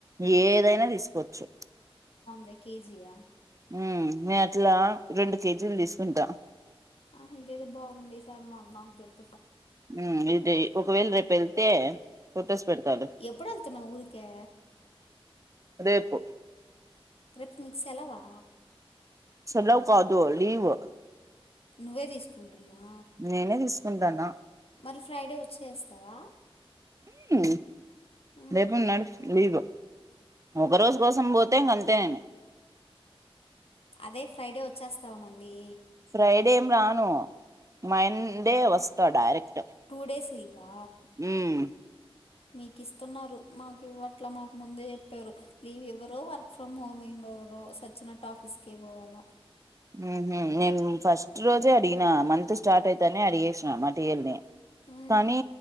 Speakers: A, on the right; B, on the left.
A: ఏదైనా తీసుకోవచ్చు
B: లైక్ కేజీ ఆ?
A: ఉమ్ నేను అట్లా రెండు కేజీలు తీసుకుంటా
B: ఆహా ఇదేదో బాగుందే ఈసారి మాకు నాకు చెప్
A: ఉమ్ ఇది ఒకవేళ రేపు వెళ్తే ఫొటోస్ పెడతాలే
B: ఎప్పుడేళ్తున్నావ్ ఊరికే
A: రేపు
B: రేపు సెలవా
A: సెలవు కాదు లీవ్
B: నువ్వే తీసుకుంటున్నా
A: నేనే తీసుకుంటానా
B: మరి ఫ్రైడే వచ్చేస్తావా
A: హు
B: ఉమ్,
A: రేపు నర్స్ లివ్ ఒక రోజు కోసం పోతే ఇంకాఅంతే నేను
B: అదే ఫ్రైడే వచ్చేస్తావా మళ్ళీ
A: ఫ ఫ్రైడే ఏం రాన మండే వస్తా డైరెక్ట్
B: టూ డేస్ లీవా
A: మ్మ్
B: మీకు ఇస్తున్నారు మాకు ఇవ్వట్ల మాకు ముందే చెప్పారు లీవ్ ఇవ్వరు వర్క్ చేసి ఫ్రమ్ హోమ్ ఏమీవ్వరు సచ్చినట్టు ఆఫీస్కి పోవాలా
A: ఉహు నేను ఫస్ట్ రోజే అడిగినా మంత్ స్టార్ట్ అయితానే అడిగేసిన మా టీయేల్ని
B: ఊహు
A: కానీ